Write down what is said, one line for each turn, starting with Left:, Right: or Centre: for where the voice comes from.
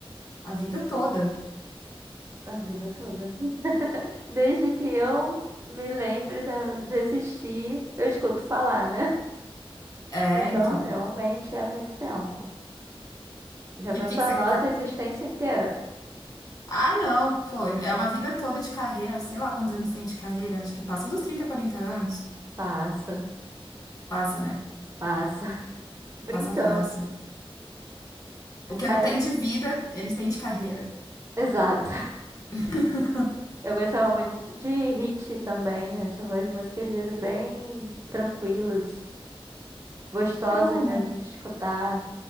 Left: A vida toda.
Right: a vida toda. <laughs> Desde que eu me lembre da- de existir, eu escuto falar, né?
Left: É,
Right: Então,
Left: então.
Right: realmente é muito tempo. Já pensou
Left: E o que que
Right: a
Left: você
Right: nossa
Left: tá...
Right: existência inteira?
Left: Ah, não, pô, é uma vida toda de carreira. Sei lá quantos anos tem de carreira. Acho que passa dos 30 40 anos.
Right: Passa,
Left: Passa, né?
Right: passa. <laughs> Brincando.
Left: Passa fácil. O que eu
Right: É,
Left: não tenho de vida, eles têm de carreira.
Right: exato.
Left: <laughs>
Right: Eu gostava muito de Hit também. Achava as músicas dele bem tranquilas, gostosas,
Left: É bom,
Right: né,
Left: né?
Right: de escutar.